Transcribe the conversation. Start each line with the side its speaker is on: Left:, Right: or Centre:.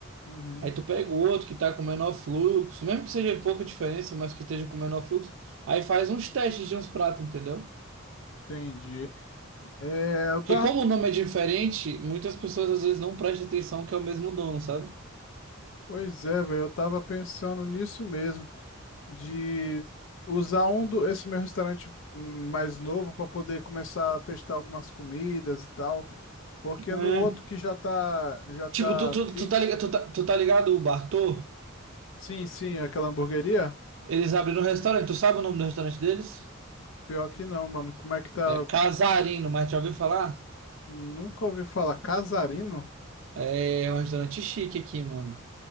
Left: Uhum,
Right: Aí tu pega o outro que tá com menor fluxo, mesmo que seja pouca diferença, mas que esteja com menor fluxo, aí faz uns testes de uns pratos, entendeu?
Left: entendi. É, eu
Right: Porque
Left: tava,
Right: como o nome é diferente, muitas pessoas às vezes não prestam atenção que é o mesmo dono, sabe?
Left: pois é, velho, eu tava pensando nisso mesmo, de usar um do, esse meu restaurante hum, mais novo para poder começar a testar algumas comidas e tal. Porque
Right: É.
Left: no outro que já tá, já tá
Right: Tipo, tu, tu,
Left: fixo.
Right: tu tá ligado, tu tá, tu tá ligado o Bartô?
Left: Sim, sim, aquela hamburgueria.
Right: Eles abriram um restaurante. Tu sabe o nome do restaurante deles?
Left: Pior que não, mano. Como é que tá?
Right: É Casarino, mas já ouviu falar?
Left: Nunca ouvi falar. Casarino?
Right: É é um restaurante chique aqui, mano.